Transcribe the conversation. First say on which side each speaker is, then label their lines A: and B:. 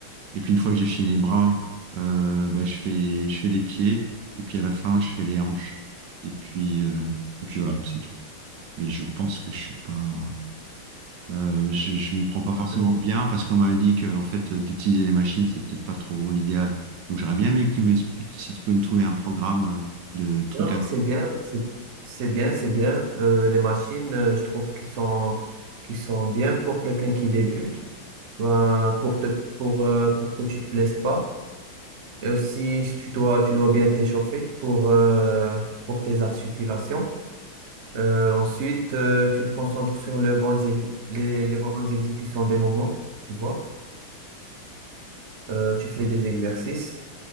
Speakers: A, on the right (about 70°); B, on the right (about 55°).
A: Et puis une fois que j'ai fini les bras, euh, bah, je fais, je fais les pieds. Et puis à la fin, je fais les hanches. Et puis, euh, et puis voilà, c'est tout. Mais je pense que je suis pas, euh, je, je m'y prends pas forcément
B: Euh,
A: bien parce qu'on m'avait dit que en fait d'utiliser les machines, c'est peut-être pas trop l'idéal. Donc j'aurais bien aimé que tu m'expliques si tu peux me trouver un programme euh, de trucs
B: Non, non,
A: à...
B: c'est bien, c'est c'est bien, c'est bien. Euh, les machines, euh, je trouve qu'ils sont, qu'ils sont bien pour quelqu'un qui débute, ben, pour te, pour, euh, pour que tu te blesses pas. Et aussi, si tu dois, tu dois bien t'échauffer pour, euh, pour tes articulations. Euh, ensuite, euh, tu te concentres sur les bonnes, ex- les, les bonnes exécutions des mouvements, tu vois. euh, tu fais des exercices,